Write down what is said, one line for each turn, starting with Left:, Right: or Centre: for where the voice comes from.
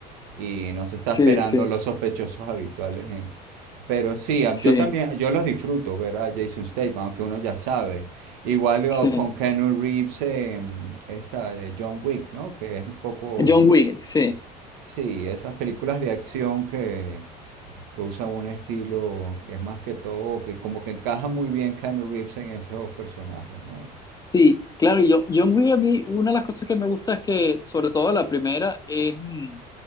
Right: Y no se está
Left: sí,
Right: esperando
Left: sí,
Right: los sospechosos habituales pero sí, a-
Left: sí,
Right: yo también, yo los disfruto ver a Jason Statham, aunque uno ya sabe. Igual o
Left: sí.
Right: con Keanu Reeves, em, esta de John Wick, ¿no? Que es un poco,
Left: John Wick, sí.
Right: s- sí, esas películas de acción que, que usan un estilo que es más que todo, que como que encaja muy bien Keanu Reeves en esos personajes, ¿no?
Left: Sí, claro, yo, John Wick a mí, una de las cosas que me gusta es que, sobre todo la primera, es... mm,